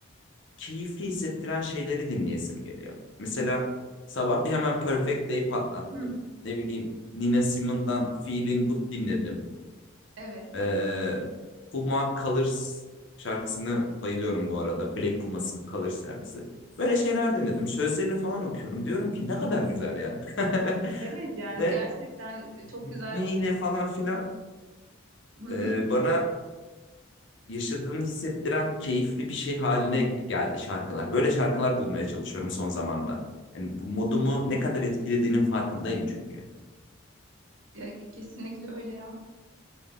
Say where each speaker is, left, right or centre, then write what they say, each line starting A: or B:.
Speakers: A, on the left; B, on the right.
A: keyifli hissettiren şeyleri dinleyesim geliyor. Mesela sabah bir hemen Perfect Day patlattım.
B: <clears throat> Hı.
A: Ne bileyim Nina Simone'dan Feeling Good dinledim.
B: Evet.
A: Ee, Puma Colors şarkısını bayılıyorum bu arada. Black Pumas'ın Colors şarkısı. Böyle şeyler denedim. Sözlerini falan okuyorum. Diyorum ki ne kadar güzel ya. <laughs>
B: Evet yani
A: Ve
B: gerçekten e, çok
A: ritmiyle
B: güzel.
A: falan filan
B: Hı hı.
A: e, bana yaşadığımı hissettiren keyifli bir şey haline geldi şarkılar. Böyle şarkılar bulmaya çalışıyorum son zamanda. Yani bu modumu
B: Evet.
A: ne kadar etkilediğinin farkındayım çünkü.
B: Ya, kesinlikle öyle ya.